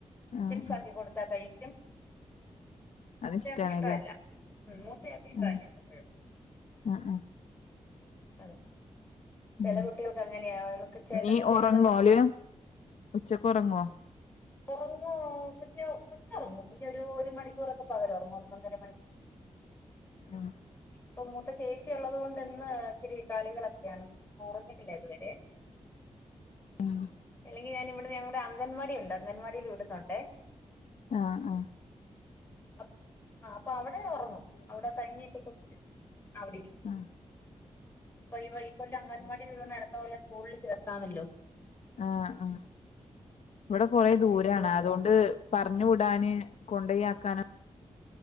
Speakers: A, on the left; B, on the left.
A: ആ
B: ചിപ്സാക്കി
A: ആ ആ
B: കൊടുത്താ കഴി എം <unintelligible> മുട്ടയാവൾക്ക്
A: അത് ഇഷ്ടാണല്ലേ
B: ഇഷ്ടല്ല ഉ മൂത്തയാക്കിഷ്ടാല്ലേ
A: ആഹ്
B: ഏത്തപ്പഴം
A: ആഹ് ആഹ്
B: അതെ
A: ഉം
B: ചെല കുട്ടികൾക്ക് അങ്ങനെയാ അവർക്ക് ചെലത്
A: നീ
B: ചെലതൊക്കെ
A: ഒറങ്ങോ ഓല്
B: പിടിക്
A: ഉച്ചക്ക് ഒറങ്ങോ
B: ഉറങ്ങുവാ കുഞ്ഞ് കുഞ്ഞ് ഉറങ്ങും കുഞ്ഞ് ഒരു മണിക്കൂറൊക്കെ പകല് ഒറങ്ങും ഒന്നൊന്നര മണിക്കൂർ
A: ആഹ്
B: ഇപ്പൊ മൂത്ത ചേച്ചി ഉള്ളത് കൊണ്ട്ന്ന് ഇത്തിരി കളികളൊക്കെയാണ് ഒറങ്ങിട്ടില്ല ഇതുവരെ
A: ആഹ്
B: അല്ലെങ്കി ഞാൻ ഇവിടെ ഞങ്ങളടെ അംഗൻവാടി ഉണ്ട് അംഗൻവാടിയിൽ വിടുന്നുണ്ടെ
A: ആഹ് ആഹ്
B: അപ് ആ അപ്പൊ അവിടെ ഒറങ്ങും അവിടെ കഞ്ഞിയൊക്കെ കുടിച്ച് അവിടെ ഇരിക്കും
A: ആഹ്
B: ഇപ്പൊ ഇ വൈ ഈ കൊല്ലം അംഗൻവാടിയിൽ <unintelligible> കൊല്ലം സ്കൂളിൽ ചേർത്താമല്ലോ
A: ആഹ് ആ ഇവിടെ കൊറെ
B: അതുകൊണ്ട്
A: ദൂരാണ്
B: ഇരുത്തിയേക്കുവാ
A: അതുകൊണ്ട് പർഞ്ഞു വിടാന് കൊണ്ടോയാക്കാനും